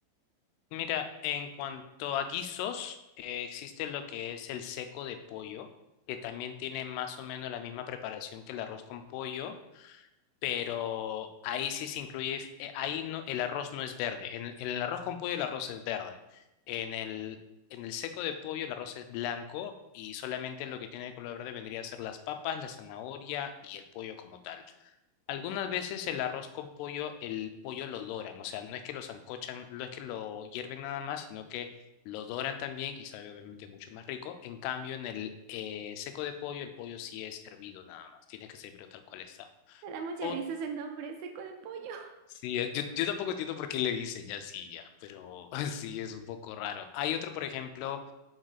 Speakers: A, on the left (about 85°); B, on the right (about 80°).
A: Mira, en cuanto a guisos, eh, existe lo que es el seco de pollo, que también tiene más o menos la misma preparación que el arroz con pollo pero ahí sí se incluye, eh, ahí no, el arroz no es verde, en, el en el arroz con pollo el arroz es verde, en el, en el seco de pollo el arroz es blanco y solamente lo que tiene de color verde vendría a ser las papas, la zanahoria y el pollo como tal. Algunas veces el arroz con pollo, el pollo lo doran, o sea, no es que lo sancochan, no es que lo hierven nada más, sino que lo doran también y sabe obviamente mucho más rico. En cambio, en el eh, seco de pollo, el pollo sí es hervido nada más, tiene que servirlo tal cual está.
B: Me da mucha
A: O
B: risa ese nombre, seco de pollo.
A: Sí, eh, yo, yo tampoco entiendo por qué le dicen ya así, ya, pero <laughs> sí es un poco raro. Hay otro, por ejemplo,